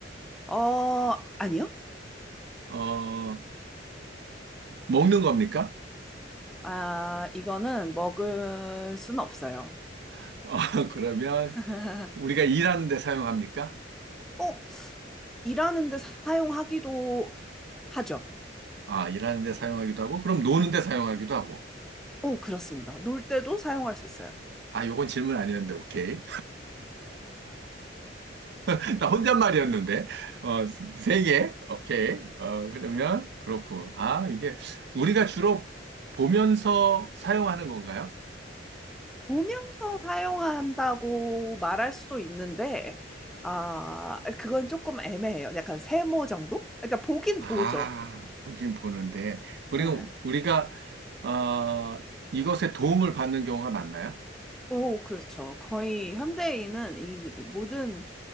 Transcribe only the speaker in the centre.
어, 아니요?
아, 이거는 먹을 순 없어요.
<laughs>
어, 일하는데 사용하기도 하죠.
어, 그렇습니다. 놀 때도 사용할 수 있어요.
보면서 사용한다고 말할 수도 있는데, 아, 그건 조금 애매해요. 약간 세모 정도? 그러니까 보긴
보죠.
예.
오, 그렇죠. 거의 현대인은 이 모든